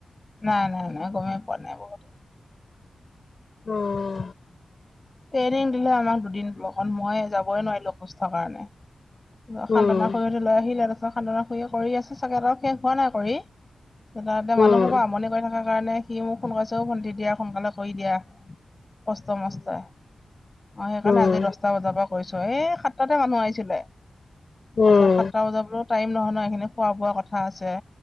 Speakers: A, on the left (about 20°); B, on the left (about 40°).
A: নাই-নাই-নাই, গমেই পোৱা নাই, এইবোৰ কথা
B: উম।
A: ট্ৰেইনিং দিলে আমাক দুদিন ব্লকত, মই যাবই নোৱাৰিলো অসুস্থৰ কাৰণে।
B: উম
A: সান্তনাৰ খুৰীহতি লৈ আহিলে। তাৰপিছত সান্তনাৰ খুুৰয়ে কৰি আছো চাগে আৰু শেষ হোৱা নাই কৰি। তাতে এতিয়া
B: উম
A: মানুহবোৰে আমনি কৰি থকাৰ কাৰণে সি মোক ফোন কৰিছে, অ', ভণ্টি দিয়া সোনকালে কৰি দিয়া। কষ্ট মষ্টৰে, অ', সেইকাৰণে
B: উম
A: আজি দশটা বজাৰ পৰা কৰিছোঁ আৰু, এই সাতটাতে মানুহ আহিছিলে, তাৰপিছত
B: উম
A: সাতটা বজাত বোলো টাইম নহয়। এইখিনি খোৱা বোৱা কথা আছে।